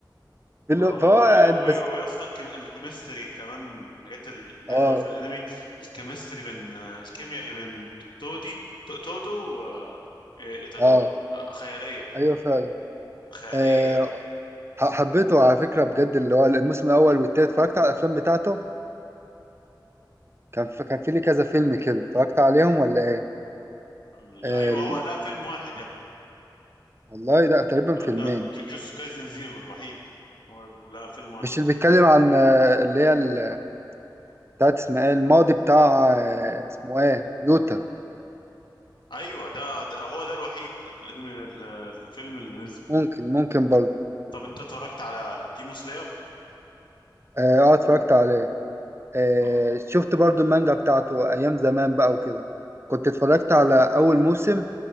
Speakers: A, on the right; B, on the left.
A: بال-
B: آه، و-
A: فهو قاعد
B: وال- و-
A: بس
B: ويا اسطى الكيم- الكيمستري كمان حاجات الحلوه
A: اه
B: في الانمي الكيمستري بين آه، الكيمياء اللي بين تودي تو- تودو وإيتادوري
A: اه
B: خياليه
A: ايوه فعلا
B: خياليه
A: أه ح- حبيته على فكره بجد اللي هو الموسم الاول والتالت اتفرجت على الافلام بتاعته كان في كان في لي كذا فيلم كده اتفرجت عليهم ولا ايه؟
B: ال-
A: آه
B: ايوه
A: ال...
B: هو لا فيلم واحد يا ابني.
A: والله لا تقريبا
B: ما-
A: فيلمين
B: لا جو- جوتسو كايزن زيرو الوحيد هو لا فيلم واحد
A: مش اللي بيتكلم عن آه، اللي هي ال- بتاعت اسمها ايه الماضي بتاع آه، اسمه ايه يوتا
B: ايوه ده, ده هو ده الوحيد الانمي ال- الفيلم اللي نزل
A: ممكن ممكن برضه
B: طب انت اتفرجت على ديمون سلاير؟
A: اه آه، اتفرجت عليه آه،
B: اه
A: شفت برضو المانجا بتاعته ايام زمان بقى وكده كنت اتفرجت على اول موسم